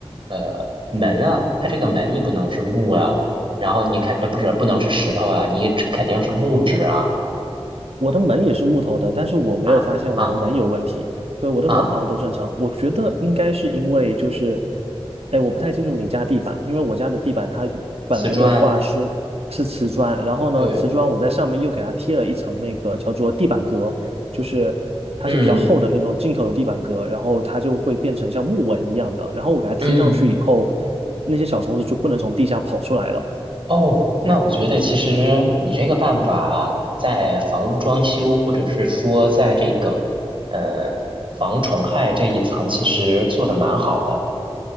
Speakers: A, on the right; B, on the right.
A: 呃门啊，它这个门你不能是木啊，然后你肯呃不是不能是石头啊，你肯定是木质啊
B: 我的门也是木头的，但是我没有发现我的门有问题。
A: 啊啊
B: 对，我的门好像都正常。
A: 啊
B: 我觉得应该是因为就是，哎，我不太清楚你家地板，因为我家的地板它与本来的话是是瓷砖，
A: 瓷砖，
B: 然后呢，
A: 对，
B: 瓷砖我在上面又给它贴了一层那个叫做地板革，就是它是比较厚的那种进口的地板革，
A: 嗯
B: 然后它就会变成像木纹一样的，然后我给它贴上去以后，
A: 嗯
B: 那些小虫子就不能从地下跑出来了。
A: 哦，那我觉得其实你这个办法在房屋装修或者是说在这个呃防虫害这一层，其实做的蛮好的，